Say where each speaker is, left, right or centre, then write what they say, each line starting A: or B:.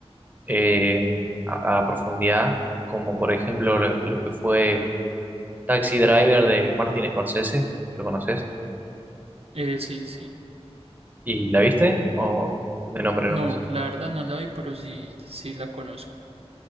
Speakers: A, on the right; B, on the right.
A: eh, a, a profundidad, como por ejemplo lo, lo que fue Taxi Driver de Martin Scorsese, ¿lo conoces?
B: eh, sí, sí.
A: ¿Y la viste? ¿O de nombre
B: No,
A: nomás?
B: la verdad no la vi, pero sí, sí la conozco.